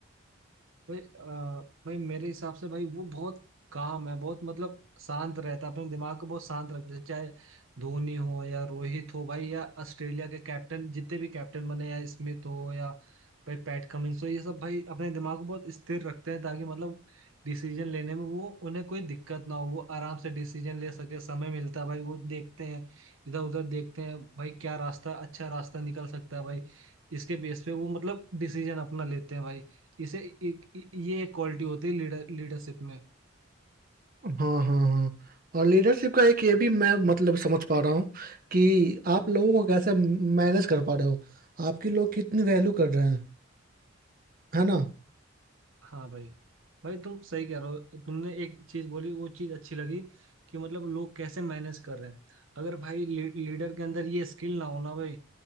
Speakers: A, on the right (about 75°); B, on the right (about 45°).
A: भाई अ, भाई मेरे हिसाब से भाई वो बहुत काम है बहुत मतलब शांत रहता है अपने दिमाग को बहुत शांत रखते हैं चाहे धोनी हो या रोहित हो भाई या ऑस्ट्रेलिया के कैप्टन जितने भी कैप्टन बने या स्मिथ हो या भाई पैट कमिंस हो ये सब भाई अपने दिमाग को बहुत स्थिर रखते हैं ताकि मतलब डिसीजन लेने में वो उन्हें कोई दिक्कत ना हो वो आराम से डिसीजन ले सके समय मिलता है भाई वो देखते हैं इधर उधर देखते हैं भाई क्या रास्ता अच्छा रास्ता निकल सकता है भाई इसके बेस पे वो मतलब डिसीजन अपना लेते हैं भाई इसे एक- ये एक क्वालिटी होती है लीडर लीडरशिप में
B: हाँ हाँ हाँ और लीडरशिप का एक ये भी मैं मतलब समझ पा रहा हूँ कि आप लोगों को कैसे मैनेज कर पा रहे हो आपकी लोग कितनी वैल्यू कर रहे हैं है ना
A: हाँ भाई भाई तुम सही कह रहे हो तुमने एक चीज बोली वो चीज अच्छी लगी कि मतलब लोग कैसे मैनेज कर रहे हैं अगर भाई ली, लीडर के अंदर ये स्किल ना हो ना भाई